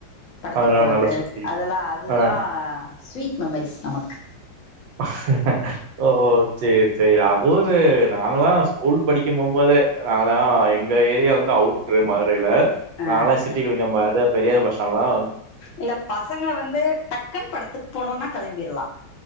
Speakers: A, on the left; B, on the right.
A: படத்துக்கு
B: அதனால
A: போறது
B: நல்லா சுத்தி
A: அதெல்லாம் அதுல்லாம்
B: ஆ
A: ஸ்வீட் மெமரிஸ் நமக்கு
B: <unintelligible> ஓ ஓ சேரி சரி அது ஒரு நாங்களாம் ஸ்கூல் படிக்கும் போகும்போது நாங்களாம் எங்கள் ஏரியா வந்து அவுட்ரு மதுரையில
A: ஆ
B: நாங்க எல்லாம் சிட்டி கிளிக்க பாரு பெரியார் பஸ் ஸ்டாண்டுலாம்
A: இல்ல பசங்களை வந்து டக்குன்னு படத்துக்கு போனும்னா கிளம்பிடலாம்